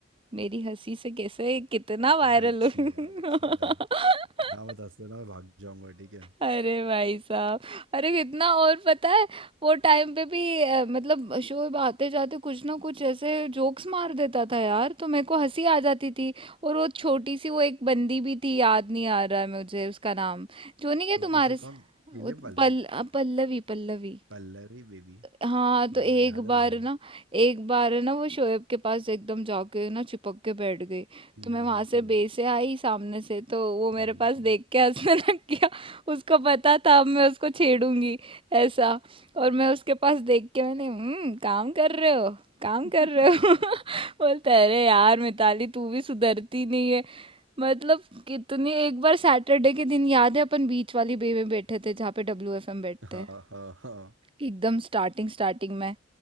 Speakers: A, on the right; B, on the right.
A: मेरी हंसी से कैसे कितना वायरल
B: भाई छी
A: हो
B: यार छी यार
A: <laughs>
B: यहाँ मत हंसते ना मैं भाग जाऊंगा ठीक है
A: अरे भाई साहब अरे कितना और पता है वो टाइम पे भी अ, मतलब शोएब आते जाते कुछ ना कुछ ऐसे जोक्स मार देता था यार तो मेरे को हंसी आ जाती थी और वो छोटी सी वो एक बंदी भी थी याद नहीं आ रहा है मुझे उसका नाम जो नहीं क्या
B: छोटी
A: तुम्हारे
B: सी
A: स-
B: कौन दिलीप
A: वो
B: वाली
A: पल अ, पल्लवी पल्लवी
B: पल्लवी बेबी
A: हाँ तो
B: हाँ
A: एक
B: याद है
A: बार
B: ना हाँ
A: ना
B: <laughs>
A: एक बार ना वो शोएब के पास एकदम जाके ना चिपक के बैठ गई
B: हम्म
A: तो मैं वहां
B: हम्म
A: से
B: हम्म
A: बेसे आई सामने से तो वो
B: हम्म,
A: मेरे पास
B: हम्म,
A: देख के हंसने लग गया उसको पता था अब मैं उसको छेड़ूंगी ऐसा और मैं उसके पास देख के मैंने हम्म काम कर रहे हो काम
B: हम्म।
A: कर रहे हो <laughs> बोलता है, अरे यार मिताली तू भी सुधरती नहीं है मतलब कितनी एक बार सैटरडे के दिन याद है अपन बीच वाली बे में बैठे थे जहाँ पे डब्ल्यू एफ एम बैठते
B: <laughs> हाँ
A: हैं
B: हाँ हाँ
A: एकदम स्टार्टिंग स्टार्टिंग में